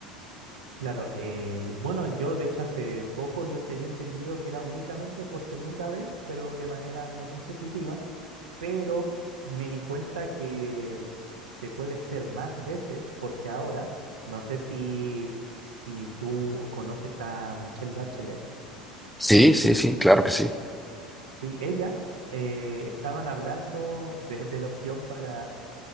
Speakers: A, on the right (about 70°); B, in the centre.
A: Claro, eh, bueno, yo de hecho hace poco yo tenía entendido que era únicamente por segunda vez, pero de manera no consecutiva, pero me di cuenta que se puede ser más veces porque ahora, no sé si, si tú conoces a Michelle Bachelet,
B: Sí, sí, sí, claro que sí.
A: sí, ella eh, estaban hablando de, de la opción para,